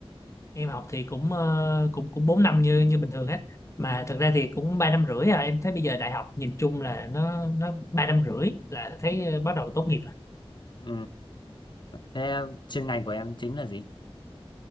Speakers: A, on the left; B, on the left.
A: em học thì cũng ờ, cũng cũng 4 năm như như bình thường hết mà thực ra thì cũng ba năm rưỡi à em thấy bây giờ đại học nhìn chung là nó nó ba năm rưỡi là thấy ờ, bắt đầu tốt nghiệp rồi
B: ừ. thế chuyên ngành của em chính là gì